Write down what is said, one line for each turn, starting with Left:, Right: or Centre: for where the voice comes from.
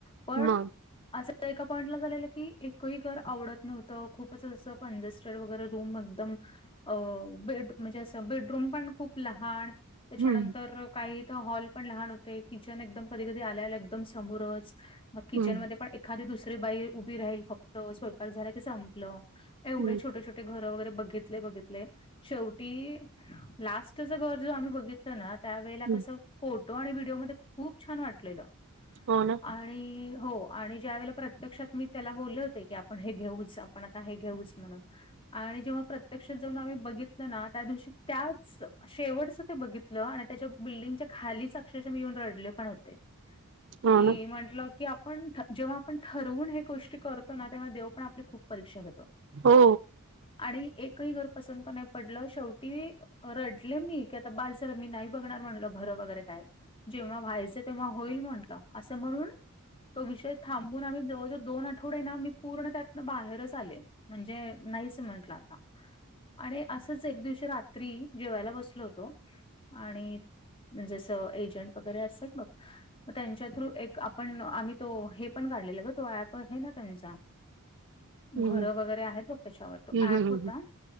Left: पण
Right: मग
Left: असं एका पॉईंट ला झालेलं की एकही घर आवडत नव्हतं खूपच असं कंजेस्ट कन्स्टेड वगैरे रूम एकदम अ बेड म्हणजे अस बेडरूम पण खूप लहान त्याच्यानंतर
Right: हम्म
Left: काही इथ हॉल पण लहान होते किचन एकदम कधी कधी आल्या आल्या एकदम समोरच मग किचनमध्ये
Right: हम्म
Left: पण एखादी दुसरी बाई उभी राहील फक्त स्वयंपाक झाला ते संपलं. एवढे
Right: हम्म
Left: छोटे छोटे घर वगैरे बघितले बघितले शेवटी लास्ट स्ट च घर जो आम्ही बघितलं ना त्यावेेळेला
Right: हम्म
Left: कसं फोटो आणि व्हिडिओ मध्ये खूप छान वाटलेलं.
Right: हो ना
Left: आणि हो. आणि ज्या वेळेला प्रत्यक्षात मी त्याला बोलले होते की आपण हे घेऊच आपण आता हे घेऊच म्हणून. आणि जेव्हा प्रत्यक्षात जाऊन आम्ही बघितलं ना त्या दिवशी त्याच शेवटचं ते बघितलं आणि त्याच्या बिल्डिंगच्या खालीच अक्षरश मी येऊन रडले पण होते
Right: हो
Left: की
Right: ना
Left: म्हटल की पण जेव्हा आपण ठरवून हे गोष्टी करतो ना तेव्हा देव पण आपली खूप परीक्षा घेतो.
Right: हो.
Left: आणि एकही घर पसंत नाही पडलं शेवटी रड म्हटले मी की आता बास झाल मी नाही बघणार म्हणलं घरं वगैरे काय जेव्हा व्हायचं तेव्हा होईल म्हटलं असं म्हणून तो विषय थांबून आम्ही जवळजवळ दोन आठवडे ना मी पूर्ण त्यातन बाहेरच आले. म्हणजे नाही समजलं आता आणि असच एक दिवशी रात्री जेवायला बसलो होतो आणि जस एजंट वगैरे असतात बघ म त्यांच्या थ्रू एक आपण आम्ही तो हे पण काढलेला ग तो ऍप आहे ना त्यांचा
Right: हम्म
Left: घरं वगैरे आहेत बघ त्याच्यावर तो
Right: हं हं
Left: ऍप
Right: हं
Left: होता,
Right: हं.